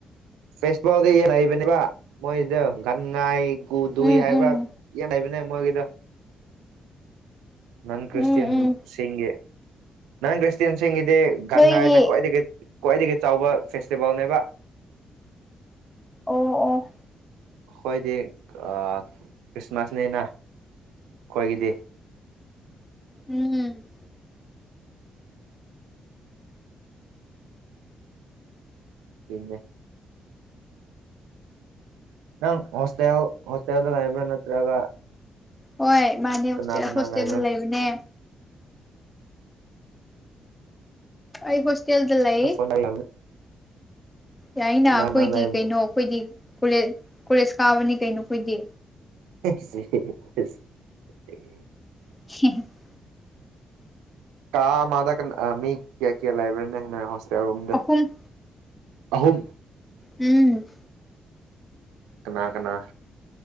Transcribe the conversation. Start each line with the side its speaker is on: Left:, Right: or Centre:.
Right: ꯐꯦꯁ ꯐꯥꯎꯗꯤ ꯂꯩꯕꯅꯦꯕ ꯃꯣꯏꯗꫭ ꯒꯥꯟ ꯉꯥꯏ ꯒꯨꯗꯨꯨꯏ
Left: ꯎꯝ
Right: ꯍꯥꯏꯕ꯭ꯔꯥ
Left: ꯎꯝ
Right: ꯌꯦꯟ ꯂꯩꯕꯅꯦ ꯃꫭꯏꯒꯤꯗꫭ ꯅꯪ ꯀ꯭ꯔꯤꯁꯇꯌꯟ
Left: ꯎꯝ ꯎꯝ
Right: ꯁꯤꯒꯤ ꯅꯪ ꯀ꯭ꯔꯤꯁꯇꯟ ꯁꯤꯒꯤꯗꯤ ꯒꯥꯟ
Left: ꯅꯣꯏꯒꯤ
Right: ꯉꯥꯏ ꯈꯨꯋꯥꯏꯗꯒꯤ ꯈ꯭ꯋꯥꯏꯗꯒꯤ ꯆꯥꯎꯕ ꯐꯦꯁꯇꯤꯚꯦꯜꯅꯦꯕ
Left: ꯑꯣ ꯑꯣ
Right: ꯑꯩꯈꯣꯏꯗꯤ ꯈ꯭ꯔꯤꯁꯃꯥꯁꯅꯤꯅ ꯑꯩꯈꯣꯏꯒꯤꯗꯤ
Left: ꯎꯝ
Right: <unintelligible> ꯅꯪ ꯍꯣꯁꯇ ꯍꯁꯇ ꯌꯥꯗ ꯂꯥꯏꯕ꯭ꯔꯦꯟ ꯅꯠꯇ꯭ꯔꯒ
Left: ꯍꯣꯏ ꯃꯥꯅꯦ
Right: ꯀꯅꯥ ꯀꯅꯥ
Left: ꯍꯣꯁꯇꯦꯜꯗ
Right: ꯂꯩꯕ꯭ꯔꯥ
Left: ꯂꯩꯕꯅꯦ ꯑꯩ ꯍꯣꯁꯇꯦꯜꯗꯂ ꯑꯩ
Right: <unintelligible>
Left: ꯌꯥꯏꯅ
Right: ꯀꯅꯥ
Left: ꯑꯩꯈꯣꯏꯗꯤ
Right: ꯀꯅꯥ ꯂꯩꯕ꯭ꯔꯥ
Left: ꯀꯩꯅꯣ ꯑꯩꯈꯣꯏꯗꯤ ꯀꯣꯂꯦꯖ ꯀꯣꯂꯦꯖ ꯀꯥꯕꯅꯤ ꯀꯩꯅꯣ ꯑꯩꯈꯣꯏꯗꯤ
Right: <inaudible>
Left: <unintelligible>
Right: ꯀꯥ ꯃꯥꯗ ꯃꯤ ꯀꯌꯥ ꯀꯌꯥ ꯂꯥꯏꯕ꯭ꯔꯦꯔꯤꯅ ꯍꯣꯁꯇꯦꯜ ꯔꯗ
Left: ꯑꯍꯨꯝ
Right: ꯑꯍꯨꯝ
Left: ꯎꯝ
Right: ꯀꯅꯥ ꯀꯅꯥ